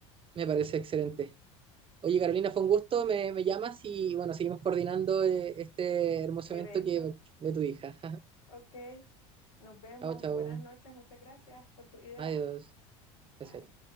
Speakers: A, on the right (about 30°); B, on the left (about 80°).
A: me parece excelente. Oye, Carolina,
B: O-
A: fue un gusto, me, me llamas y bueno, seguimos coordinando eh, este hermoso
B: evento,
A: evento que, de tu hija. <laughs>
B: ok, nos vemos,
A: Chao, chao.
B: buenas noches, muchas gracias por tu idea.
A: Adiós. Gracias
B: Bye.
A: a ti.